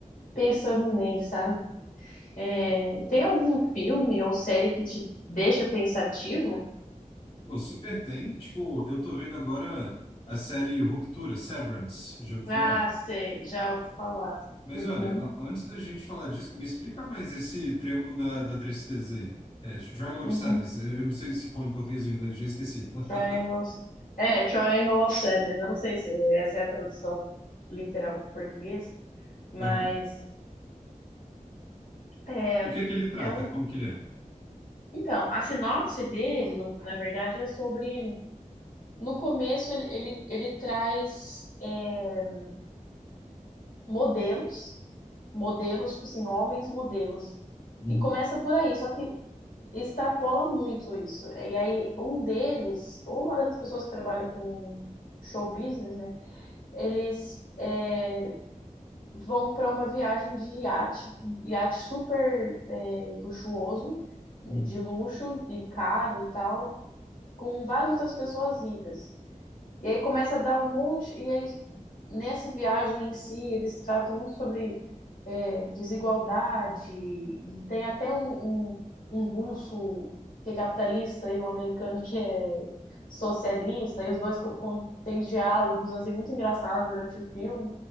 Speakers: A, on the left (about 80°); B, on the left (about 40°).
A: pensando nele, sabe? É, tem algum filme ou série que te deixa pensativo?
B: Pô, super tem. Tipo, eu tô vendo agora a série Ruptura, Severance, já ouviu
A: Ah,
B: falar?
A: sei, já ouvi falar.
B: Mas
A: Uhum,
B: olha, a- antes da gente falar disso, me explica mais esse triângulo da, da tristeza aí. É, Triangle
A: uhum.
B: of Sadness. Eu eu não sei se fala em português ou em inglês, já esqueci. <laughs>
A: Triangles. É, Triangle of Sadness. Eu não sei se essa é a tradução literal para o português, Mas
B: Aham.
A: é,
B: Do que que ele trata?
A: é um.
B: Como que ele é?
A: Então, a sinopse dele, no- na verdade, é sobre. No começo, ele, ele, ele traz é, modelos, modelos, tipo assim, homens modelos.
B: Uhum,
A: E começa por aí, só que extrapola muito isso. E aí, um deles, ou uma das pessoas que trabalha com show business, né? Eles. é, vão para uma viagem de iate, iate super é, luxuoso, né,
B: uhum,
A: de luxo e caro e tal, com várias outras pessoas ricas. E aí começa a dar um monte, e aí nessa viagem em si, eles tratam muito sobre é, desigualdade, e tem até um, um, um russo que é capitalista e um americano que é socialista, e os dois co- co- têm diálogos assim muito engraçados durante o filme.